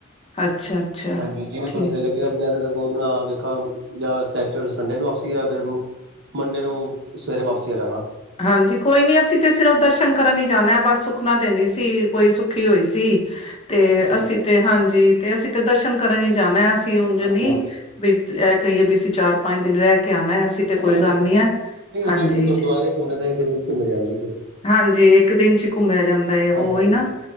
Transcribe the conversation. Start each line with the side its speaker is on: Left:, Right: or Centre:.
Left: ਅੱਛਾ-ਅੱਛਾ
Right: ਹਾਂਜੀ ਜਿਵੇਂ
Left: ਠੀਕ
Right: ਤੁਹਾਨੂੰ ਸਹੀ ਲਗੇ ਬਣਾ ਵੇਖਾਂ ਜਾਂ ਸੰਡੇ ਨੂੰ ਵਾਪਸੀ ਆ ਫਿਰ, ਮੱਡੇ ਨੂੰ ਸਵੇਰੇ ਵਾਪਸੀ ਆ ਜਾਵਗਾ
Left: ਹਾਂਜੀ ਕੋਈ ਨੀ ਅਸੀਂ ਤੇ ਸਿਰਫ ਦਰਸ਼ਨ ਕਰਨ ਹੀ ਜਾਂਣਾ ਬਸ ਸੁੱਖਨਾ ਤੇ ਨਹੀਂ ਸੀ ਕੋਈ ਸੁੱਖੀ ਹੋਈ ਸੀ ਸੀ ਤੇ
Right: ਹਾਂਜੀ
Left: ਅਸੀਂ ਤੇ ਹਾਂਜੀ ਤੇ ਅਸੀਂ ਤੇ ਦਰਸ਼ਨ ਕਰਨ ਹੀ ਜਾਣਾ ਅਸੀ ਉਝ
Right: ਹਾਂਜੀ
Left: ਨੀ ਵੀ ਇਹ ਕਹੀਏ ਵੀ ਅਸੀਂ ਚਾਰ ਪੰਜ ਦਿਨ ਰਹਿ ਕਹਿਣਾ ਐਸੀ
Right: ਨਹੀਂ
Left: ਤੇ ਕੋਈ
Right: ਨਹੀਂ ਉੱਥੇ
Left: ਗੱਲ ਨੀ ਆ
Right: ਨਹੀਂ ਉੱਥੇ
Left: ਹਾਂਜੀ
Right: <inaudible>
Left: ਹਾਂਜੀ, ਇੱਕ ਦਿਨ ਚ ਘੁੰਮਿਆ ਜਾਂਦਾ ਹੈ, ਉਹਹੀ
Right: ਹਾਂਜੀ ਹਾਂਜੀ
Left: ਨਾ